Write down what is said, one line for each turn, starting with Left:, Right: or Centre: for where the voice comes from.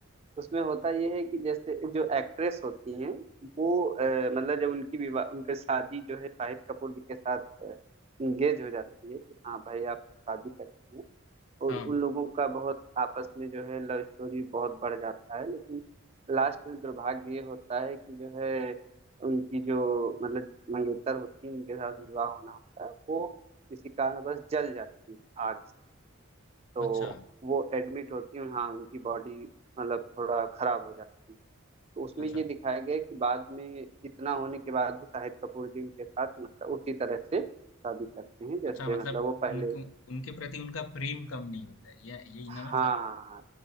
Right: उसमें होता ये है कि जैसे जो एक्ट्रेस होती हैं वो अ, मतलब जब उनकी विवाह उनकी शादी जो है शाहिद कपूर जी के साथ इंगेज हो जाती है कि हाँ भाई आप शादी करती हैं और
Left: हाँ
Right: उन लोगों का बहुत आपस में जो है लव स्टोरी बहुत बढ़ जाता है लेकिन लास्ट में दुर्भाग्य ये होता है कि जो है उनकी जो मतलब मंगेतर होती है उनके साथ विवाह होना होता है वो किसी कारणवश जल जाती है आग से तो
Left: अच्छा
Right: वो एडमिट होती है हाँ उनकी बॉडी मतलब थोड़ा खराब हो जाती है तो उसमें
Left: अच्छा
Right: ये दिखाया गया है कि बाद में इतना होने के बाद भी शाहिद कपूर जी उनके साथ मतलब उसी तरह से शादी करते हैं जैसे
Left: अच्छा मतलब
Right: मतलब वो पहले
Left: उनके उनके प्रति उनका प्रेम कम नहीं होता है ये यही
Right: हाँ
Left: ना मतलब